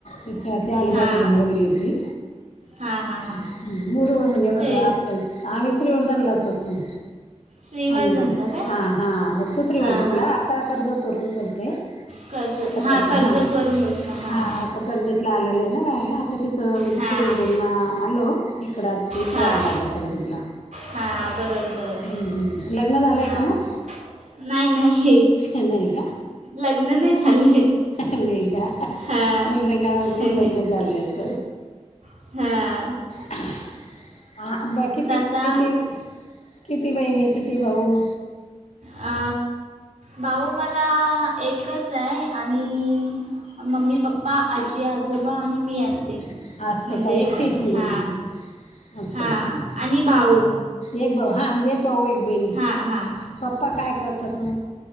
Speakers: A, on the left; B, on the right.
A: तिचा ती आलीबागूरून
B: हां
A: बोलली होती
B: हां हां
A: ते
B: हां
A: मुरवड म्हणजे बर
B: ते
A: आपण आम्ही श्रीवर्धनला होतो
B: श्रीवर्धनला
A: आमही प
B: काय
A: हा हा होतो श्रीवर्धनला
B: हां हां
A: आता कर्जत वरून बोलते
B: कर्जत
A: आता
B: हां
A: कत
B: कर्जतवरून
A: हा
B: बोलता हां
A: हा आता कर्जतला आलोय ना राहायला आता ते हा म्हणजे
B: हां
A: श्रीवर्धनला आलो इकडं इकडं
B: हां
A: आलोआता कर्जतला
B: हां बरोबर बरोबर
A: ह ह लग्न झाले
B: हां
A: का मग
B: नाही नाही
A: नाही का
B: लग्न नाही झालंय
A: नाही का
B: हां
A: मी ल का म्हटलं की लग्न झालंच
B: हा
A: ह हा ब किती
B: आता
A: किती किती बहिणी किती भाऊ
B: अ भाऊ मला एकच आहे आणि मम्मी पप्पा आजी आजोबा आणि मी असते
A: असं
B: म्हणजे
A: आहे का एकटीच
B: घरात
A: म्हणजे
B: हा
A: तू? हं, असं
B: हा
A: आहे का
B: आणि भाऊ
A: एक भाऊ हा म्हणजे एक भाऊ एक बहिणीस
B: हां हां
A: पप्पा काय करतात मग